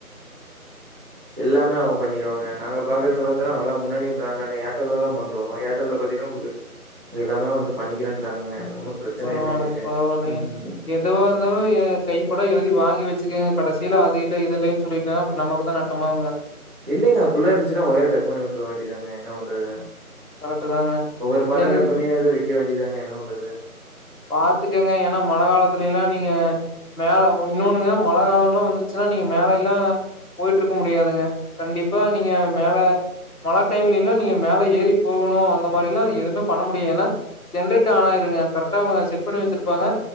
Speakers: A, on the right; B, on the left.
A: எல்லாமே அவுங்க பண்ணிருவாங்க நாங்க பாக்குறது பாத்தனா நல்லா முன்னணி பிராண்டான ஏர்டெல்ல தா பண்றோ ஏர்டெல்ல பாத்தீன்னா உங்ளுக்கு எல்லாமே வந்து பண்ணிக்கிறேன்ட்டாங்கங்க ஒன்னு பிரச்சன
B: பரவால்ல
A: இல்ல எங்களுக்கு
B: பரவால்லைங்க
A: ம்
B: எதுவாருந்தாலு ஏ கைப்பட எழு தி வாங்கி வச்சுக்கங்க கடசீல அது இல்ல இதுல்லைன் சொல்லிட்டா அப்ற நமக்கு தா நட்டமாகுங்க
A: இல்லெங்க அப்பில்லா இருன்ச்சுனா ஒயர கட் பண்ணி உட்ர வேண்டியதாங்க என்ன பண்றது
B: கரெக்ட்டு தாங்க.
A: ஒவ்வொரு பாட்டா
B: தென்
A: கட் பண்ணி அத வி க்கெ வேண்டியதாங்க என்ன பன்றது
B: பாத்துக்கங்க ஏன்னா மழ காலத்துல எல்லாம் நீங்க மேல இன்னொன்னுங்க மழ காலம் எல்லாம் வந்துருச்சுன்னா நீங்க மேல எல்லா போயிட்டு இருக்க முடியாதுங்க கண்டிப்பா நீங்க மேல மழ டைம்ல எல்லாம் நீங்க மேல ஏறி போகணும் அந்த மாரி எல்லாம் எதுவுமே பண்ண முடியா ஏன்னா ஜென்ரேட்டர் ஆன் ஆயிருங்க கரெ அவங்க செட் பண்ணி வச்சிருப்பாங்க